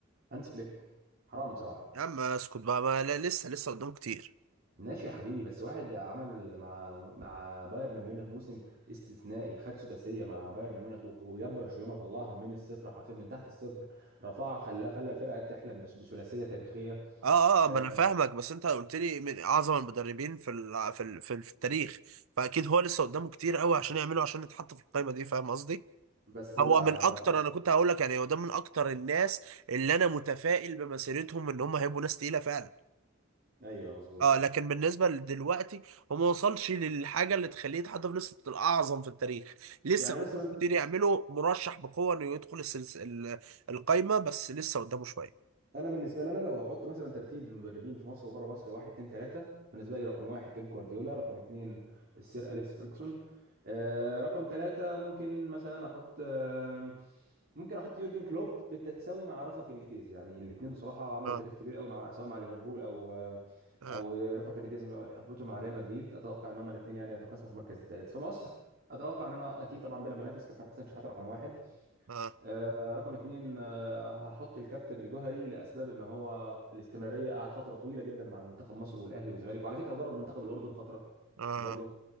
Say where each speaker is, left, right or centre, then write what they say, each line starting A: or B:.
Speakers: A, on the right; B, on the right.
A: هانس فليك حرام بصراحه
B: يا عم اسكت بقى ما لا لسه لسه قدامه كتير
A: ماشي يا حبيبي بس واحد عمل مع مع بايرن ميونخ موسم استثنائي خد سداسيه مع بايرن ميونخ و- وجاب برشلونه طلعها من الصفر حرفيا من تحت الصفر رفعها خلاها خلى الفرقه تحلم بس- بثلاثيه تاريخيه
B: اه اه آه،
A: آه،
B: ما انا فاهمك بس انت قلت لي من اعظم المدربين في الع- في ال- في ال- في التاريخ فاكيد هو لسه قدامه كتير قوي عشان يعمله عشان يتحط في القائمه دي فاهم قصدي
A: بس لا
B: هو من
A: انا ب...
B: اكتر انا كنت هقول لك يعني هو ده من اكتر الناس اللي انا متفائل بمسيرتهم ان هم هيبقوا ناس تقيله فعلا
A: ايوه مظبوط
B: اه لكن بالنسبه لدلوقتي هو ما وصلش للحاجه اللي تخليه يتحط في لسته الاعظم في التاريخ لسه
A: يعني
B: قدامه
A: مثلا
B: كتير يعمله مرشح بقوه انه يدخل السلس... ال- القايمه بس لسه قدامه شويه
A: انا بالنسبه لي انا لو هحط مثلا ترتيب المدربين في مصر وبره مصر واحد اتنين تلاته بالنسبه لي رقم واحد بيب جوارديولا رقم اتنين السير اليكس فيرجسون آه، رقم تلاته ممكن مثلا احط آه، ممكن احط يورجن كلوب بالتساوي مع رافا بينيتيز يعني الاثنين بصراحه عملوا
B: اه
A: تاريخ كبير قوي مع سواء مع ليفربول او آه،
B: اه
A: او رافا بينيتيز حقبته مع ريال مدريد اتوقع ان هم الاثنين يعني يتقاسموا في المركز الثالث في مصر اتوقع ان انا اكيد طبعا بلا منافس كابتن حسن شحاته رقم واحد
B: اه
A: آه، رقم اتنين آه، هحط الكابتن الجوهري لاسباب ان هو الاستمراريه قعد فتره طويله جدا مع منتخب مصر والاهلي والزمالك وعلى فكره ودرب منتخب الاردن فتره
B: اه
A: برضو